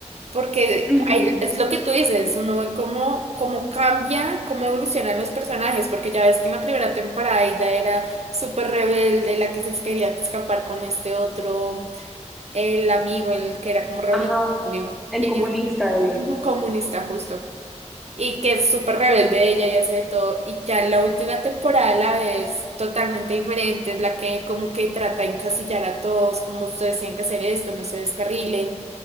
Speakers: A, on the right; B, in the centre.
A: Porque
B: Ujú.
A: ahí es lo que tú dices, uno ve cómo, cómo cambia, cómo evolucionan los personajes. Porque ya ves que en la primera temporada Ada era súper rebelde, la que se quería escapar con este otro, el amigo, el que era como revolucionario
B: Ajá. El
A: y
B: comunista,
A: es
B: el,
A: un comunista justo y que es súper rebelde ella y hace de todo. Y ya en la última temporada la ves totalmente diferente, es la que como que trata de encasillar a todos, como ustedes tienen que hacer esto, no se descarrilen.